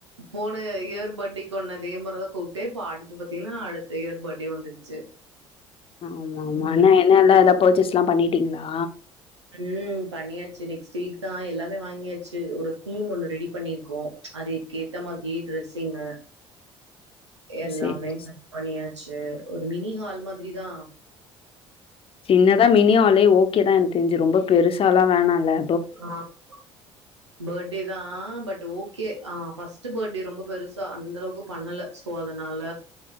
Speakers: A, on the right; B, on the left.
A: போன இயர் பேட்டேக்குன்ன அதே மாரிதா கூப்ட்டே இப்ப அடுத்து பாத்தீனா அடு த்த யேர் பேட்டே வந்துருச்சு
B: ஆமா ஆமா
A: ம்
B: என்ன என்ன எல்லா எதா பேர்ச்சேஸ்லா பண்ணிட்டீங்ளா
A: ம் பண்ணியாச்சு நெக்ஸ்ட் வீக்தா எல்லாமே வாங்கியாச்சு ஒரு தீம் ஒண்ணு ரெடி பண்ணிருக்கோ அதுக்கேத்த மாதிரியே ட்ரெஸ்ஸிங்கு எல்லாமே
B: ஓ சேரி சே
A: செலக்ட் பண்ணியாச்சு ஒரு மினி ஹால் மாதிரிதா
B: சின்னதா மினி ஆலே ஓகேதா எனக் தெரிஞ்சு ரொம்ப பெருசாலா வேணால
A: ஆ <unintelligible> பேட்டேதா பட் ஓகே அ ஃபஸ்ட்டு பேட்டே ரொம்ப பெருசா அந்தளவுக்கு பண்ணல சோ அதனால